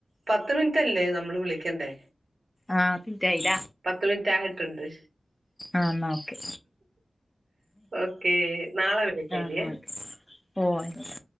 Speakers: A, on the right; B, on the left.
A: പത്ത് മിനിറ്റല്ലേ നമ്മള് വിളിക്കണ്ടേ
B: ആഹ് തയ്ലേ
A: പത്ത് മിനിറ്റ് ആയിട്ടുണ്ട്
B: ആഹ് ന്നാ ഓക്കെ
A: ഓക്കേ നാളെ വിളിക്കാം
B: ആഹ്
A: ഇനിയേ
B: പോയതല്ല